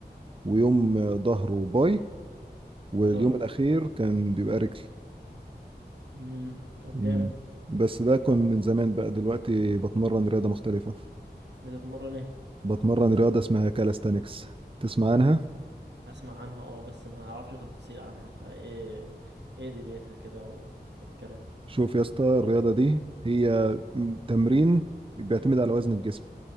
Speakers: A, on the right; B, on the right.
A: ويوم آه، ظهر وباي واليوم
B: اه
A: الاخير كان بيبقى رجل
B: امم طب
A: مم.
B: جامد
A: بس ده كان
B: طب
A: من زمان بقى دلوقتي بتمرن رياضة مختلفة
B: بتتمرن ايه
A: بتمرن رياضة اسمها كالستانكس تسمع عنها
B: اسمع عنها اه بس ما اعرفش تفاصيل عنها فايه ايه دنيتها كده وايه الكلام
A: شوف يا اسطى الرياضة دي هي تمرين بيعتمد على وزن الجسم